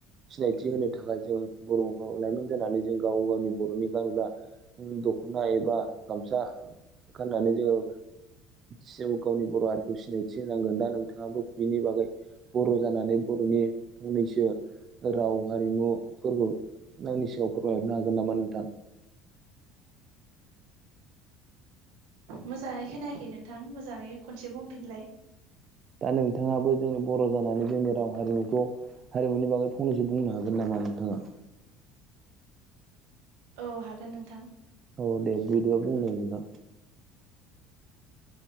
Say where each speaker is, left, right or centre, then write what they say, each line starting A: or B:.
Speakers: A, on the right; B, on the right.
A: सिनायथि होनो थाखाय जों बर'ाव लाइमोन जानानै जों गाव गावनि बर'नि गानग्रा दख'ना एबा गामसा गाननानै जोङो जिउ गावनि बर' आरोखि खौ सिनायथि होनांगोन दा नोंथाङाबो बिनि बागै बर' जानानै बर'नि फंनैसो राव हारिमुफोरखौ आंनि सिगाङाव फोरमायहरनो हागोन नामा नोंथां
B: मोजाङै खोनायाखै नोंथां मोजाङै खनसे बुंफिनलाय
A: दा नोंथाङाबो जोंनि बर' जानानै जोंनि राव हारिमुखौ हारिमुनि बागै फंनैसो बुंनो हागोन नामा नोंथाङा
B: औ हागोन नोंथां
A: औ दे गद बाबु ने दा